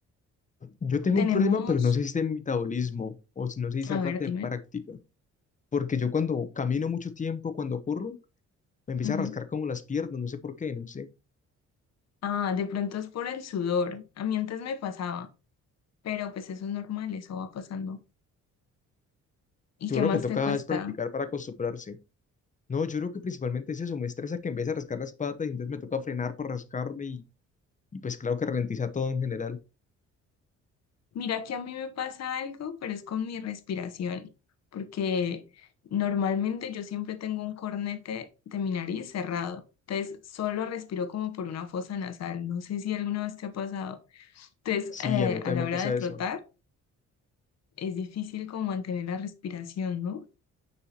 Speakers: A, on the left (about 25°); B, on the left (about 60°).
A: Yo tengo
B: Tenemos,
A: un problema, pero no sé si es de mi metabolismo o si no sé si sea
B: a ver,
A: falta
B: dime.
A: de práctica. Porque yo cuando camino mucho tiempo, cuando corro, me empieza
B: Ujú.
A: a rascar como las piernas, no sé por qué, no sé.
B: Ah, de pronto es por el sudor. A mí antes me pasaba, pero pues eso es normal, eso va pasando. ¿Y
A: Yo
B: qué
A: creo
B: más
A: que toca
B: te cuesta?
A: es practicar para acostumbrarse. No, yo creo que principalmente es eso, me estresa que empiece a rascar las patas y entonces me toca frenar para rascarme y, y pues claro que ralentiza todo en general.
B: Mira que a mí me pasa algo, pero es con mi respiración, porque normalmente yo siempre tengo un cornete de mi nariz cerrado, entonces solo respiro como por una fosa nasal, no sé si alguna vez te ha pasado. Entonces,
A: Sí,
B: eh,
A: a mí también
B: a la
A: me
B: hora
A: pasa
B: de trotar,
A: eso.
B: es difícil como mantener la respiración, ¿no?